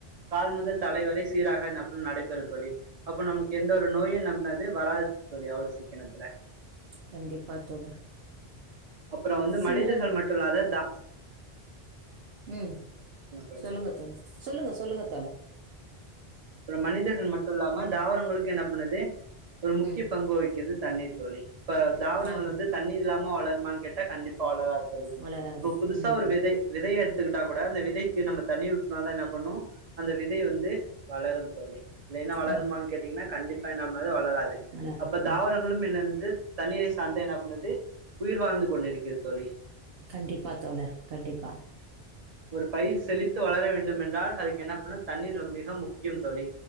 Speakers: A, on the right; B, on the right.
A: கால் முதல் தலைவரை சீராக நடைபெறும் தோழி அப்போ நமக்கு எந்த ஒரு நோயு நம்மது வராது தோழி அவ்ளோ சீக்கனத்துல
B: கண்டிப்பா தோழர்
A: அப்பறொ வந்து
B: சில
A: மனிதர்கள் மட்டு இல்லாத த
B: ம்
A: தோழி
B: சொல்லுங்க தோழ சொல்லுங்க சொல்லுங்க தோழர்
A: அப்றொ மனிதர்கள் மட்டு இல்லாம தாவரங்களுக்கு என்ன பண்ணுது ஒரு முக்கிய
B: ம்.
A: பங்கு வகிக்குது தண்ணீர் தோழி இப்ப தாவரங்கள்
B: ஆ.
A: வந்து தண்ணி இல்லாம வளருமான்னு கேட்டா கண்டிப்பா வளராது தோழி
B: வளராது.
A: இப்ப புதுசா
B: ம்.
A: ஒரு விதை விதை எடுத்துக்கிட்டா கூட அந்த விதைக் நம்ம தண்ணி விட்ன தா என்ன பண்ணு அந்த விதை வந்து வளரும் தோழி இல்லைன்னா வளருமானு
B: ஆம்
A: கேட்டீங்கன்னா கண்டிப்பா என்ன பண்ணாது வளராது
B: மலரன்
A: அப்ப தாவரொ
B: ஆம்
A: <unintelligible> தண்ணீரை சார்ந்து என்ன பன்னுது உயிர் வாழ்ந்து கொண்டிருக்கிறது தோழி
B: கண்டிப்பா தோழர் கண்டிப்பா
A: ஒரு பயிர் செழித்து வளர வேண்டு என்றால் அதுக்கு என்ன பண்ணு தண்ணீர் மிக முக்கியோ தோழி